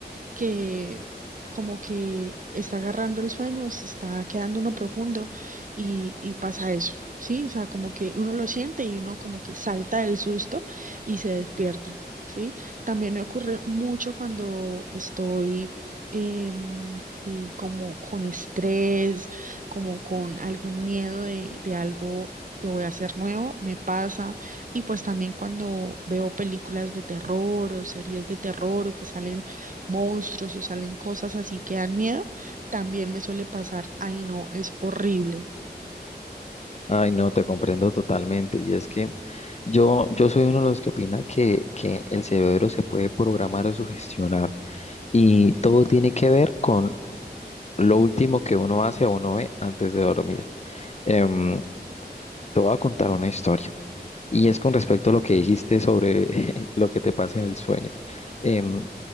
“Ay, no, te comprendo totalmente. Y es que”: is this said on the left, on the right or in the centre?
Left